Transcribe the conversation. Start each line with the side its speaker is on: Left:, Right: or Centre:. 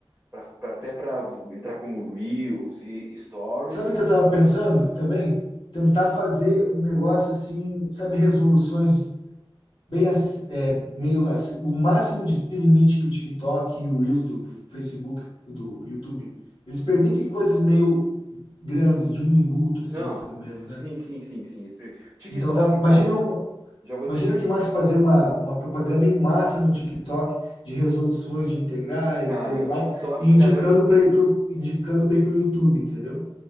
Right: pra, pra- até para entrar como Reels e Stories.
Left: Sabe o que eu tava pensando? Que também tentar fazer um negócio assim, sabe, resoluções bem ass- é, meio ass- o máximo de limite que o TikTok e o Reels do Facebook, do YouTube, eles permitem coisas meio grandes, de um minuto, assim,
Right: Não,
Left: mais ou menos,
Right: sim,
Left: né?
Right: sim, sim, sim. Esse- TikTok,
Left: Então, dá, imagina,
Right: cara,
Left: um-
Right: já vou
Left: imagina
Right: ter.
Left: que massa fazer uma, uma propaganda em massa no TikTok de resoluções de integrais,
Right: Cara,
Left: de derivados,
Right: o TikTok,
Left: e indicando
Right: cara,
Left: para ir pro, indicando para ir pro YouTube, entendeu?